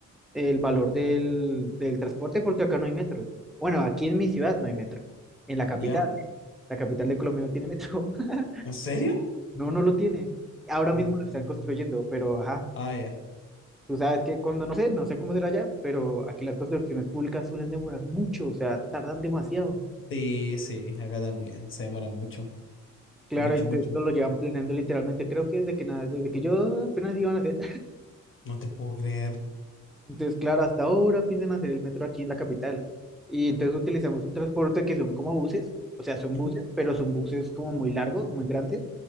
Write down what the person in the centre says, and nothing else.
el valor del, del transporte, porque acá no hay metro. Bueno, aquí en mi ciudad no hay metro. En la capital,
la capital de Colombia no tiene metro. <laughs>
No, no lo tiene. Ahora
mismo
lo están construyendo,
pero ajá,
tú sabes que cuando no sé, no sé cómo será allá, pero aquí las construcciones públicas suelen demorar mucho, o sea, tardan demasiado.
Claro,
y
esto lo llevan planeando literalmente, creo que desde que nada, desde que yo apenas iban a hacer
Entonces, claro, hasta ahora piensan hacer el metro aquí en la capital. Y entonces utilizamos un transporte que son como buses, o sea, son
buses, pero son buses como muy largos, muy grandes,